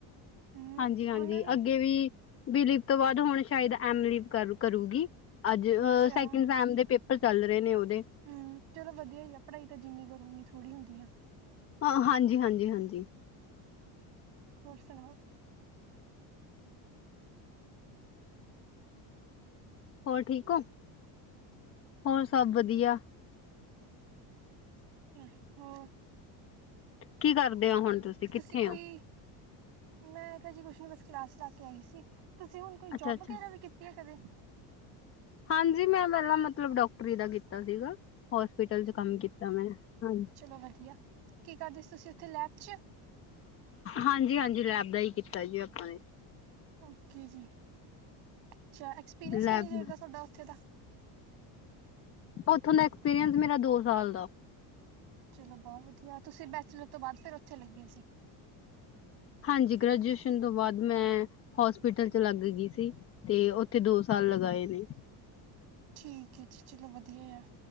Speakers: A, on the right; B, on the left.
A: ਹਮ
B: ਹਾਂਜੀ-ਹਾਂਜੀ
A: ਉਹਨਾਂ ਨੇ
B: ਅੱਗੇ ਵੀ ਬੀਲਿਪ ਕਰਵਾ ਦੋ ਹੁਣ ਸ਼ਾਇਦ ਐਮ ਲਿਪ ਕਰ ਕਰੂਗੀ। ਅੱਜ
A: ਅੱਛਾ
B: ਸੈਕਿੰਡ ਸਟੈਂਡ ਦੇ ਪੇਪਰ ਚੱਲ ਰਹੇ ਨੇ ਉਹਦੇ।
A: ਹੂੰ ਚਲੋ ਵਧੀਆ ਹੀ ਆ ਪੜਾਈ ਤਾਂ ਜਿੰਨੀ ਕਰੋ ਓਨੀ ਥੋੜੀ ਹੁੰਦੀ ਆ।
B: ਹਾਂ ਹਾਂਜੀ- ਹਾਂਜੀ, ਹਾਂਜੀ।
A: ਹੋਰ ਸੁਣਾਓ?
B: ਹੋਰ ਠੀਕ ਹੋ, ਹੋਰ ਸਭ ਵਧੀਆ।
A: ਹੋਰ?
B: ਕੀ ਕਰਦੇ ਹੋ
A: ਹੂੰ
B: ਹੁਣ ਕਿੱਥੇ
A: ਤੁਸੀਂ ਕੋਈ।
B: ਹੋ
A: ਮੈਂ ਤਾਂ ਜੀ ਕੁਛ ਨੀ ਬਸ ਕਲਾਸ ਲਾ ਕੇ ਆਈ ਸੀ ਤੁਸੀਂ ਹੁਣ ਕੋਈ
B: ਅੱਛਾ
A: ਜੋਬ
B: ਅੱਛਾ
A: ਵਗੈਰਾ ਵੀ ਕੀਤੀ ਹੈ ਕਦੇ?
B: ਹਾਂਜੀ ਮੈਂ ਪਹਿਲਾਂ ਮਤਲਬ ਡਾਕਟਰੀ ਦਾ ਕੀਤਾ ਸੀਗਾ। ਹੋਸਪੀਟਲ ਚ ਕੰਮ ਕੀਤਾਂ ਮੈਂ, ਹਾਂਜੀ।
A: ਚਲੋਂ ਵਧੀਆਂ। ਕੀ ਕਰਦੇਂ ਸੀਂ ਤੁਸੀਂ ਉੱਥੇ ਲੈਬ ਚ
B: ਹਾਂਜੀ- ਹਾਂਜੀ ਲੈਬ ਦਾ ਹੀ ਕੀਤਾਂ ਜੀ ਆਪਾਂ ਨੇਂ
A: ਓਕੇ ਜੀ, ਅੱਛਾ ਐਕਸਪੀਰੀਅੰਸ
B: ਲੈਬ
A: ਕਿੰਨੀਂ ਦੇਰ ਦਾ ਤੁਹਾਡਾ ਉੱਥੇ ਦਾ
B: ਉੱਥੋਂ ਦਾ ਐਕਸਪੀਰੀਅੰਸ ਮੇਰਾ ਦੋ ਸਾਲ ਦਾ।
A: ਚਲੋ ਬੌ ਵਧੀਆ, ਤੁਸੀਂ ਬੈਚੋਲਰ ਤੋਂ ਬਾਅਦ ਫ਼ੇਰ ਉੱਥੇ ਲੱਗੇ ਸੀ।
B: ਹਾਂਜੀ, ਗ੍ਰੈਜੂਏਸ਼ਨ ਤੋਂ ਬਾਅਦ ਮੈਂ ਹੋਸਪਿਟਲ ਚ ਲੱਗ ਗੀ ਸੀਂ। ਤੇ ਉੱਥੇ ਦੋ ਸਾਲ ਲਗਾਏ ਨੇਂ।
A: ਠੀਕ ਹੈ ਜੀ, ਚਲੋ ਵਧੀਆਂ ਆ,